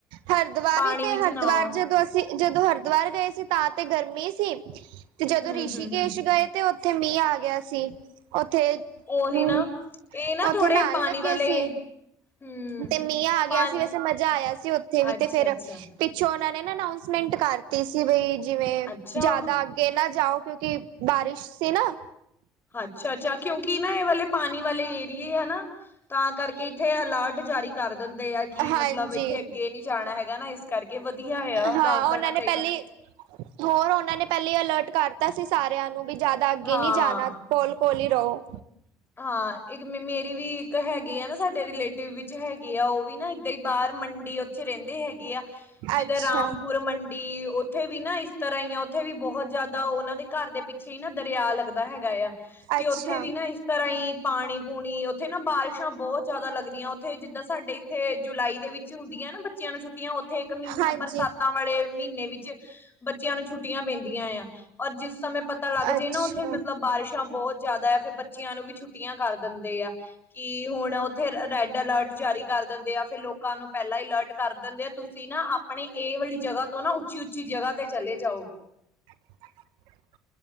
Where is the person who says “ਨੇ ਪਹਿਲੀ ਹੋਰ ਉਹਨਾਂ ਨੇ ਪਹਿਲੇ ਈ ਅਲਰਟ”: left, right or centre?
Right